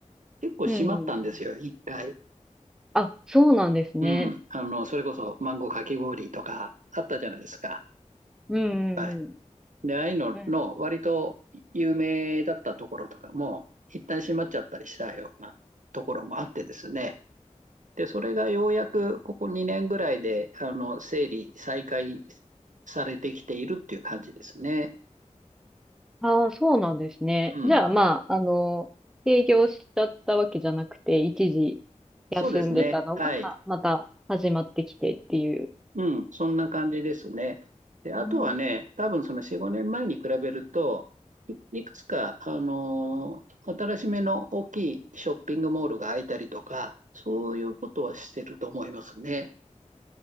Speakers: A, on the right; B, in the centre.
A: 結構閉まったんですよ、
B: うんうん。
A: 一回。
B: あ、そうなんですね。
A: うん。あの、それこそマンゴーかき氷とかあったじゃないですか、
B: うん
A: いっぱい。
B: うん
A: で、ああいうのの割と有名だったところとかも、
B: うん。
A: 一旦閉まっちゃったりしたようなところもあってですね。で、それがようやくここ2年ぐらいで、あの、整理、再開されてきているっていう感じですね。
B: ああ、そうなんですね。
A: うん。
B: じゃあ、まあ、あの、営業しちゃったわけじゃなくて、一時
A: そうですね。
B: 休んでたのが、
A: はい。
B: また始まってきてっていう。
A: うん、そんな感じですね。で、あとはね、
B: うん。
A: 多分その4、5年前に比べると、い、いくつか、あのー新しめの大きいショッピングモールが開いたりとか、そういうことはしてると思いますね。